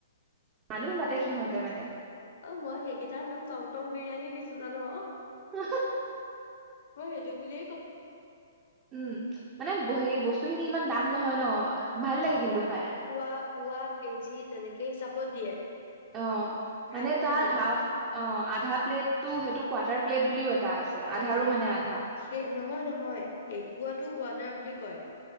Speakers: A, on the right (about 30°); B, on the left (about 60°).
A: মানুহ মাতে
B: অ অ
A: সিহঁতে মানে
B: মই সেইকেইটাৰ নাম চং টং বিৰিয়ানী দিছো জান
A: উ
B: হয় সেইটো বুলি
A: উম মানে সেই বস্তুখিনি ইমান দাম নহয় ন ভাল লাগে কিন্তু
B: অ পোৱা
A: খাই
B: পোৱা কেজিত তেনেকে হিচাপত দিয়ে
A: অ
B: খাই
A: মানে
B: বৰ
A: তাৰ
B: ভাল লাগে
A: হাফ অ আধা প্লেটটো সেইটো কোৱাৰটাৰ প্লেট বুলিও এটা আছে আধাৰো
B: উম
A: মানে আধা
B: সেই নহয় নহয় এপুৱাতো গোৱা বুলি কয়।